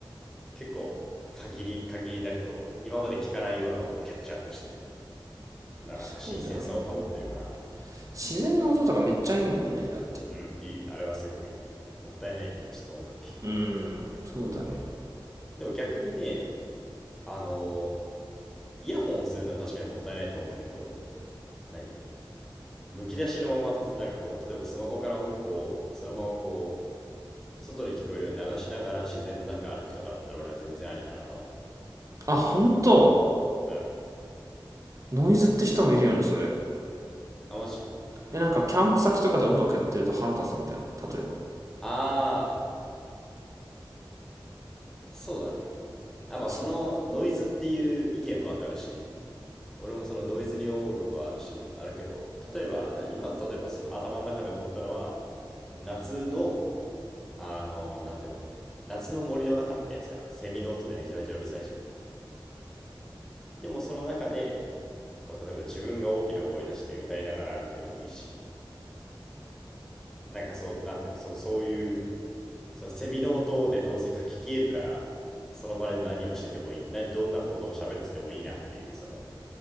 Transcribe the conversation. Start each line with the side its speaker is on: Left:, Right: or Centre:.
Centre: 結構限り、限りなくこう、今まで聞かないような音をキャッチアップして、ななんか新鮮さを保ってるかな。
Right: そうだよね自然の音とかめっちゃいいもんねだって
Centre: うん、いい。あれはすごくいい。もったいないよね。ちょっと音楽聴くには。
Right: うーんそうだね
Centre: でも逆にね、あの、イヤホンをするのは確かにもったいないと思うんだけど、何むき出しのままたつ、なんかこう、例えばスマホから音楽をそのままこう、外に聞こえるように流しながら自然の中歩くとかだったら俺は全然ありかなとは思
Right: あ本当
Centre: う。うん。
Right: ノイズって人もいるよねそれ
Centre: あ、マジ
Right: えなんかキャンプ先とかで音楽やってると腹立つみたいな例えば
Centre: ああ、そうだね。あ、まあそのノイズっていう意見もわかるし、
Right: そ
Centre: 俺もそのノイズに思うことはあるし、あるけど、例えば、な今の例えばそ頭の中で思ったのは、夏のあの、なんていうの夏の森の中ってさ、セミの音でめちゃめちゃうるさいじゃん。でもその中で、こう、例えば自分が大きな声出して歌いながら歩くでもいいし、なんかそう、なんていうの、そう、そういう、そのセミの音でどうせ書き消えるから、その場で何をしててもいい、などんなことを喋っててもいいなっていう、その、